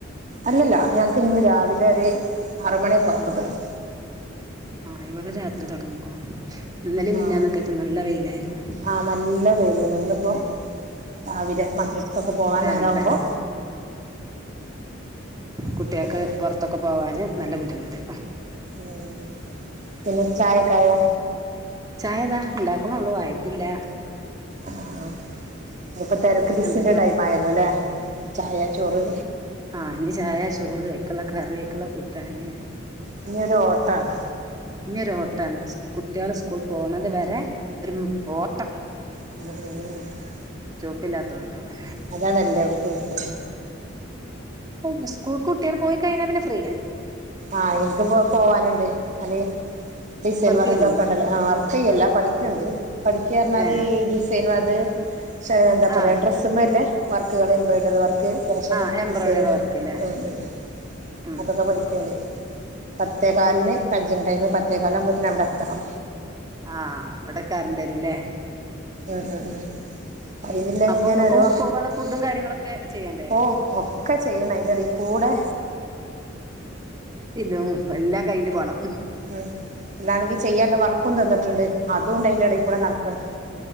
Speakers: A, on the right; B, on the right.
A: അല്ലല്ല ഞങ്ങക്ക് ഇന്ന് രാവിലെ ഒരു ആറ് മണിയൊക്കെ ആവുമ്പ തൊടങ്ങി.
B: ആഹ് ഇവിടെ രാത്രി തുടങ്ങിക്ക്ണു ഇന്നലെ മിൻഞാന്നൊക്കെയിട്ട്
A: ആഹ്
B: നല്ല വെയിലായിരുന്നു.
A: ആഹ് നല്ല വെയില് ഇന്നിപ്പോ രാവിലെ മദ്രസക്കൊക്കെ പോവാൻ
B: രാവിലെ
A: നേരവുമ്പൊ.
B: തന്നെ കുട്ട്യാക്ക്
A: അപ്പൊ തുടങ്ങി
B: പുറത്തൊക്കെ പോവാന് നല്ല ബുദ്ധിമുട്ട്.
A: ഉം പിന്നെ ചായക്കായോ.
B: ചായതാ ഉണ്ടാക്കുണ്‌ള്ളൂ ആയിട്ടില്ല.
A: ആഹ്. ഇതിപ്പോ തിരക്ക്
B: ഉണ്ടാക്കണ്ട്
A: ബിസിന്റെ
B: നിങ്ങള്
A: ടൈം ആയല്ലോലെ ചായ ചോറ്.
B: ആഹ് ഞ് ചായ ചോറ് അയിക്കുള്ള കറി അയിക്കുള്ള കൂട്ടാന്.
A: ഇനിയൊരു ഓട്ടാണ്.
B: ഇഞ്ഞൊരു ഓട്ടാണ് സ് കുട്ടികള് സ്കൂൾ പോക്ണതു വരെ ഒരു ഓട്ടം.
A: <unintelligible>
B: ചോപ്പില്ലാത്തോണ്ടാണ്
A: അതാണ് എല്ലോടത്തുള്ളത് <inaudible>
B: ഇപ്പം പിന്നെ സ്കൂൾക്ക് കുട്ടേള് പോയി കഴിഞ്ഞാ പിന്നെ ഫ്രീ ആയി
A: ആഹ ഇൻക്ക്പ്പം പോവാനുണ്ട് ഞാന് ഡിസൈൻ
B: വർക്ക്
A: വർ
B: ചെയ്യുന്നുണ്ടോ
A: ഇതൊക്കെണ്ടല്ലൊ ആഹ വർക്ക് ഫ്രീ അല്ല പഠിക്ക്ണ്ട് പഠിക്ക്യാ പറഞ്ഞാല്
B: ഏ
A: ഈ ഡിസൈൻ വ ഇത് പക്ഷെ എന്താ പറയാ
B: ആഹ്
A: ഡ്രസ് സ്സമ്മേള്ള വർക്കുകള് എംബ്രോയ്ഡറി വർക്ക് ഫാഷൻ
B: ആഹ് എംബ്രോയ്ഡറി
A: ഡിസൈനിങ്
B: വർക്ക് ല്ലേ
A: ഉം ഉംഉം
B: ഉം
A: അതൊക്കെ പഠിക്ക് ക്ക്ണ്ട് പത്തേ കാലിന് പഞ്ചിംഗ് ടൈമ് പത്തേ കാലാകുമ്പോത്ത്ന് അവുടെ എത്തണം
B: ആഹ അവടെ കേറണ്ടെരും ല്ലേ
A: ആഹ് ആഹ് ആഹ് അപ്പയ്നിള്ള
B: അപ്പൊ
A: ഇങ്ങനെരോ
B: ഇങ്ങക്കും പോവാനുള്ള ഫുഡും കാര്യങ്ങളൊക്കെ ചെയ്യണ്ടേ
A: ഓഹ് ഒക്കെ ചെയ്യണം അയ്ന്റെ ടീകൂടെ
B: ഇതും എല്ലാം കയ്ഞ്ഞു പോണം
A: ഉം ഇന്നാണെങ്കി ചെയ്യാനുള്ള വർക്കും തന്നിട്ടുണ്ട് അതൂണ്ട് അയ്ന്റെ എടേ കൂടെ നടക്കണം